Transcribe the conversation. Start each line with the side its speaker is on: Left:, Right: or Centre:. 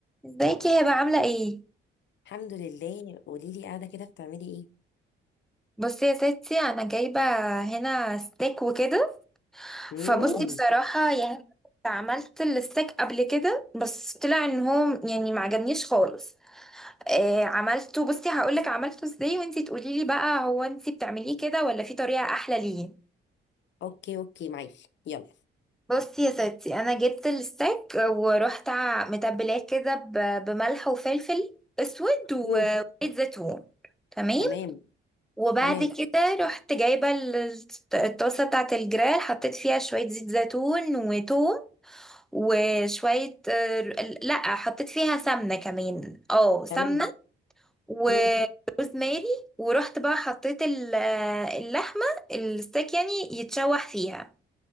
Centre: ازيك يا بقى عاملة ايه؟
Left: الحمد لله قولي لي قاعده كده بتعملي ايه
Centre: بصي يا ستي انا جايبة هنا ستيك وكده
Left: امم
Centre: فبصي بصراحة يعني عملت الستيك قبل كده بس طلع ان هو يعني ما عجبنيش خالص آه عملته بصي هقولك عملته ازاي وانتي تقوليلي بقى هو انتي بتعمليه كده ولا في طريقة احلى ليه
Left: اوكي اوكي معاكي يلا
Centre: بصي يا ستي انا جبت الستيك ورحت ع- متبلاه كده ب- بملح وفلفل اسود وزيت
Left: مم.
Centre: زيتون تمام
Left: تمام
Centre: وبعد
Left: تمام
Centre: كده رحت جايبة ال- الطاسة بتاعة الجريل حطيت فيها شوية زيت زيتون وتوم وشوية آه، لا حطيت فيها سمنة كمان اه سمنة
Left: تمام
Centre: وروزماري
Left: مم.
Centre: ورحت بقى حطيت ال- آه، اللحمة الستيك يعني يتشوح فيها